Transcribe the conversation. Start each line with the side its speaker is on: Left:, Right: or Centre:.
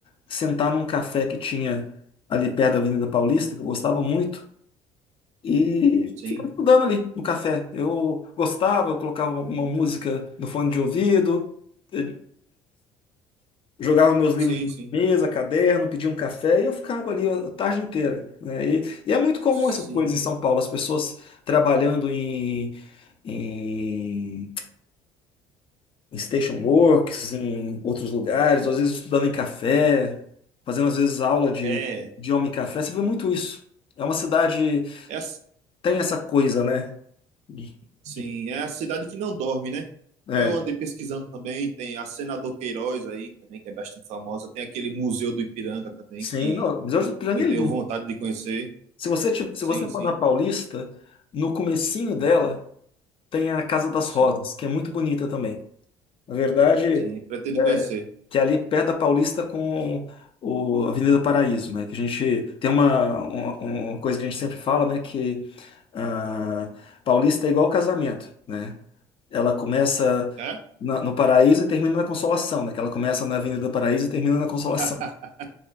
Left: sentar num café que tinha ali perto da Avenida Paulista, que eu gostava muito, e
Right: Sim,
Left: ficar estudando ali no café. Eu gostava, eu colocava uma música no fone de ouvido, eh, jogava meus livros
Right: sim,
Left: na
Right: sim,
Left: mesa, caderno, pedia um café e eu ficava ali a tarde inteira, né? E, e é muito comum
Right: sim.
Left: essas coisas em São Paulo, as pessoas trabalhando em, em em station works, em outros lugares, ou às vezes estudando em café, fazendo às vezes aula de
Right: É,
Left: idioma em café. Você vê muito isso. É uma cidade,
Right: é,
Left: tem essa coisa, né? De-
Right: Sim,
Left: de-
Right: é a cidade que não dorme, né?
Left: É,
Right: Eu andei pesquisando também, tem a Senador Queiroz aí também, que é bastante famosa. Tem aquele Museu do Ipiranga também,
Left: sim,
Right: que
Left: não, Miguel de Ipiranga
Right: eu
Left: é
Right: tenho
Left: lindo.
Right: vontade de conhecer.
Left: Se você, ti- se
Right: Sim,
Left: você for
Right: sim,
Left: na Paulista, no comecinho dela tem a Casa das Rosas,
Right: sim,
Left: que é muito bonita também. Na verdade,
Right: sim, pretendo
Left: É,
Right: conhecer.
Left: que é ali perto da Paulista com o Avenida do Paraíso, né? Que a gente tem uma, uma, uma coisa que a gente sempre fala, né? Que ah, Paulista é igual casamento, né? Ela começa
Right: É?
Left: na- no Paraíso e termina na Consolação, né? Que ela começa na Avenida do Paraíso e termina na Consolação.
Right: <laughs>